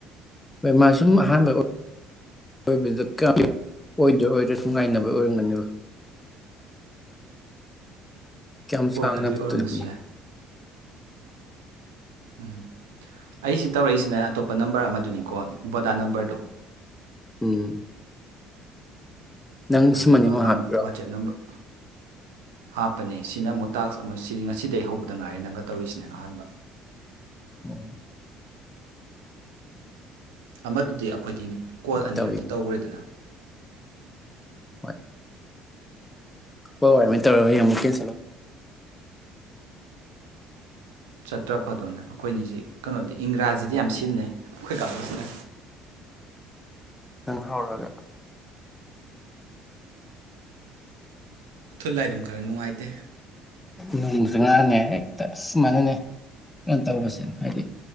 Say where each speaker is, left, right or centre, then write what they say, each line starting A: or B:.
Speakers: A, on the left; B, on the right.
A: ꯍꯣꯏ ꯃꯥ ꯁꯨꯝ ꯑꯍꯥꯟꯕ ꯑꯣꯏꯕꯗ ꯀꯌꯥꯝ ꯑꯣꯏꯗ꯭ꯔꯥ ꯑꯣꯏꯗ꯭ꯔꯥ ꯁꯨꯝ ꯉꯥꯏꯅꯕꯩ ꯑꯣꯏꯔꯝꯒꯅꯦꯕ ꯀꯌꯥꯝ
B: ꯍꯣꯏ
A: ꯁꯥꯡꯅ
B: ꯑꯗꯨꯏ ꯑꯣꯏꯔꯝꯕꯁꯨ
A: ꯇꯧꯁꯤ
B: ꯌꯥꯏ ꯎꯝ ꯑꯩꯁꯤ ꯇꯧꯔꯛꯏꯁꯤꯅꯦ ꯑꯇꯣꯞꯄ ꯅꯝꯕꯔ ꯑꯃꯗꯨꯅꯤꯀꯣ ꯕꯣꯗꯥ ꯅꯝꯕꯔꯗ‌ꯣ
A: ꯎꯝ ꯅꯪ
B: ꯑꯗꯨꯒ
A: ꯁꯤꯃꯅꯤ ꯑꯃꯨꯛ
B: ꯀꯩꯅꯣ
A: ꯍꯥꯞꯄꯤꯔꯣ
B: ꯋꯥꯆꯦꯞ ꯅꯝꯕꯔ ꯍꯥꯞꯄꯅꯦ ꯁꯤꯅ ꯃꯣꯏ ꯇꯥꯛꯁ ꯑꯃ ꯁꯤ ꯉꯁꯤꯗꯒꯤ ꯍꯧꯕꯗ ꯉꯥꯏꯔꯤ ꯅꯪꯒ ꯇꯧꯔꯤꯁꯤꯅꯦ ꯑꯍꯥꯟꯕ
A: ꯎꯝ
B: ꯑꯃꯗꯨꯗꯤ ꯑꯩꯈꯣꯏꯒꯤ ꯀꯣꯜ ꯑꯅꯤꯔꯛꯇꯤ
A: ꯇꯧꯋꯤ
B: ꯇꯧꯈ꯭ꯔꯦꯗꯅ
A: ꯍꯣꯏ ꯍꯣꯏ ꯑꯗꯨꯃꯥꯏꯅ ꯇꯧꯔ ꯌ‌ꯦꯡꯉ‌ꯣ
B: ꯆꯥꯇ꯭ꯔ ꯐꯥꯗꯧꯅꯦ ꯑꯩꯈꯣꯏꯅꯤꯁꯤ ꯀꯩꯅꯣꯗꯤ ꯏꯪꯒ꯭ꯔꯥꯖꯤꯗꯤ ꯌꯥꯝ ꯁꯤꯖꯤꯟꯅꯩ ꯑꯩꯈꯣꯏ ꯀꯪꯒꯨ ꯁꯤꯅꯥ
A: ꯅꯪꯅ ꯍꯧꯔꯛꯑꯒ
B: ꯊꯨꯠꯂ ꯑꯗꯨꯝ ꯈꯔ ꯅꯨꯡꯉꯥꯏꯇꯦ
A: ꯅꯣꯡꯁꯨ ꯉꯔꯥꯡꯅ‌ꯦ ꯍꯦꯛꯇ ꯁꯨꯃꯥꯏꯅꯅꯦ ꯀ ꯇꯧꯕꯁꯤꯅ ꯍꯥꯏꯗꯤ